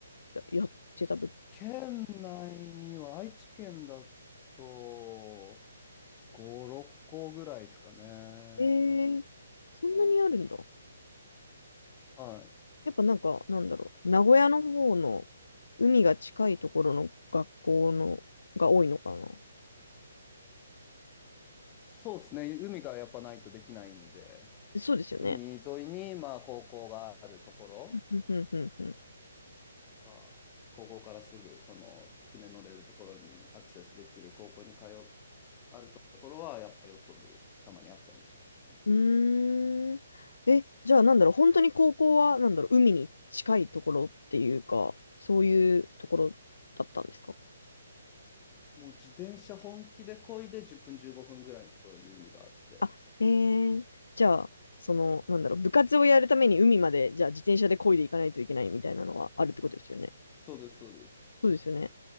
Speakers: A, on the left; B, on the left.
A: や、やってた部。
B: 県内には愛知県だと5、6個ぐらいですかね。
A: えー、そんなにあるんだ。
B: はい。
A: やっぱなんか、なんだろう、名古屋の方の海が近いところの学校のが多いのかな。
B: そうですね。海がやっぱないとできないんで、
A: そうですよね。
B: 海沿いにまあ高校があるところ
A: ふんふんふんふん。
B: とか、高校からすぐその船乗れるところにアクセスできる高校に通う、あるところはやっぱヨット部たまにあったりしますね。
A: うーん。え、じゃあなんだろう、本当に高校は、なんだろう、海に近いところっていうか、そういうところだったんですか
B: もう自転車本気で漕いで10分15分ぐらいのところに海があって。
A: あ、えー、じゃあ、その、なんだろう、部活をやるために海まで、じゃあ自転車で漕いでいかないといけないみたいなのはあるってことですよね。
B: そうです、そうです。
A: そうですよね。